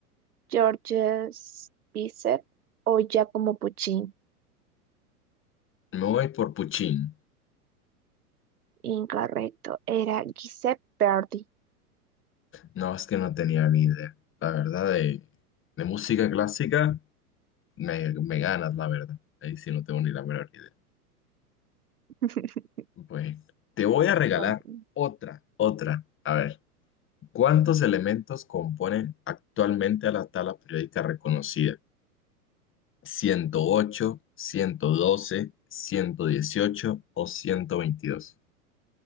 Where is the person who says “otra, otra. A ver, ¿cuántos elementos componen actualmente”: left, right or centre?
Left